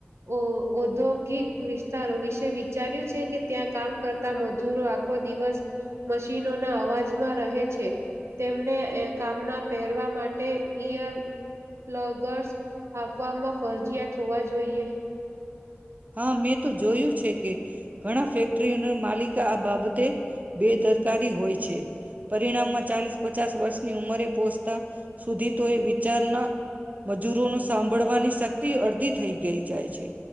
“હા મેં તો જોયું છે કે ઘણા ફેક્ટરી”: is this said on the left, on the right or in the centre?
Right